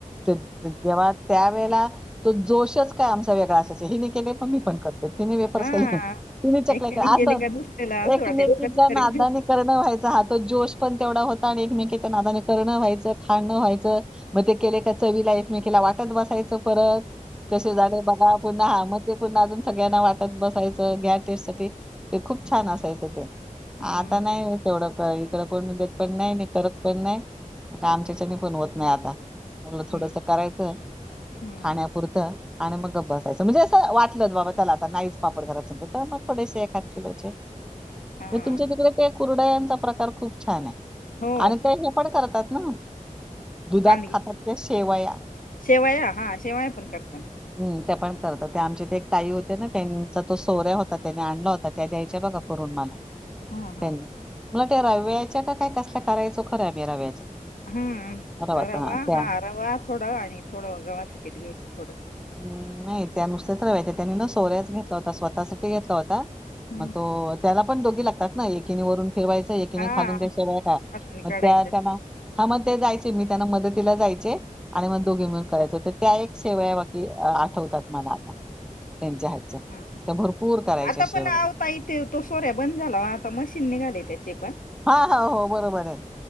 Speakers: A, in the centre; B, on the left.
A: त द जेव्हा त्यावेळेला तो जोशच काय आमचा वेगळा असायचा हेनी केलय मग मी पण कर तिन्ही वेपर्स
B: हा
A: केले तिन्ही चकले
B: एकाने
A: आता
B: केले का दुसऱ्याला असं
A: एकमेकीच्या
B: वाटेल कधी तरी
A: नादानी कर व्हायचं हा तो जोश पण तेवढा होता आणि एकमेकच्या नादान करणं व्हायचं खाणं व्हायचं मग ते केलय त्या चवीला एक मेकिला वाटत बसायचं परत. कसे झालयं बघा पुन्हा हा मग ते पुन्हा अजून सगळ्यांना वाटत बसायचं घ्या टेस्ट साठी ते खूप छान असायचं ते
B: हम्म
A: आता नाही तेवढं काई इकडं कोण देतं पण नाही आणि करत पण नाई आमच्याच्यांनी पण होत नाही आता मला थोडस
B: हम्म
A: करायचं
B: हम्म
A: खाण्या पुरतं आणि मग गप्प बसायचं म्हणजे आस वाटलाच बाबा चला आत्ता नाहीच पापड करायचे तर मग थोडेसे एखाद किलोचे.
B: हा
A: तुमच्या तिकडे ते कुरुडयांचा प्रकार खूप छान हाय.
B: हो
A: आणि ते हे पण करतात ना दुधात
B: सांडगी
A: खातात त्या शेवया
B: शेवया हा शेवया पण करताना
A: हम ते पण करतात ते आमच्या इथ एक ताई होत्या ना त्यांचा तो सौर्या होता त्यानं आणला होता तर त्या द्यायच्या बघा करून मला
B: हा हा
A: त्यानं मला ते रव्याच्या का काय कसल्या करायचो खर मी रव्याच्या
B: हम्
A: रवाचा
B: रवा
A: हां त्या.
B: हा रवा थोड आणि थोड घवाचं पीठ घ्यायचं थोड.
A: हम नाही त्या नुसत्याच रव्याच् त्यांनी न सोऱ्याच घेतला होता स्वतःसाठी घेतला होता
B: हम्म
A: मग तो त्याला पण दोघी लागतात ना एकीने वरून ठेवाय एकीने
B: हा
A: खालून ते शेवया गालायच्या
B: अजून
A: मग
B: काढायचं
A: त्या त्यांना हा मग ते जायचे मी त्यांना मदतीला जायचे आणि मग दोघी मिळून करायचो तर त्या एक शेवया की आठवतात मला आता त्यांच्या हातच्या
B: ह
A: त्या भरपूर करायच्या
B: आता
A: शेवया.
B: पण आवताई ते तो सोऱ्या बंद झाला वो आता, मशीन निघाले त्याचे पण.
A: हा, हा, हो. बरोबर हाय